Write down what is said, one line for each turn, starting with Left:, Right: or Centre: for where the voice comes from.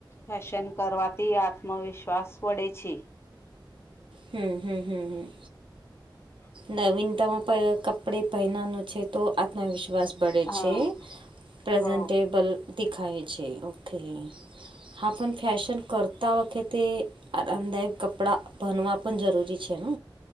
Left: ફેશન કરવાથી આત્મવિશ્વાસ વળે છે.
Right: હમ હમ હમ હમ
Left: <inaudible>
Right: નવીનતામાં પ કપડે પહેનાનું છે તો આત્મવિશ્વાસ બળે
Left: હા
Right: છે. પ્રેઝન્ટેબલ
Left: હ
Right: દેખાય છે ઓકે. હા પન ફેશન કરતા વખતે આરામદાયક કપડાં ભનવા પન જરૂરી છે ન?